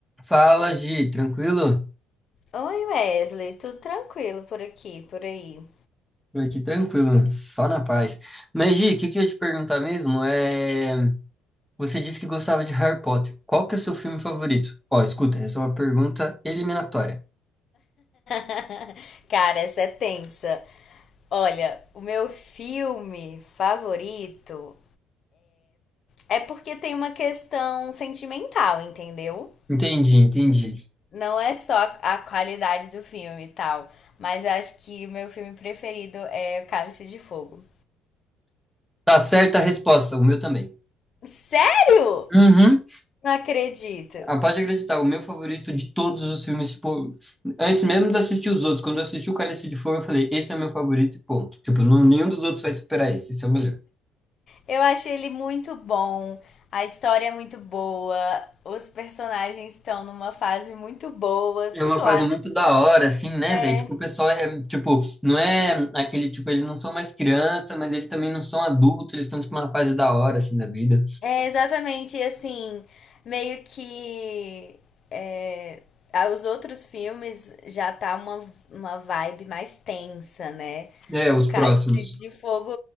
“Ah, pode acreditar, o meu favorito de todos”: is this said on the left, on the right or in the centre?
Centre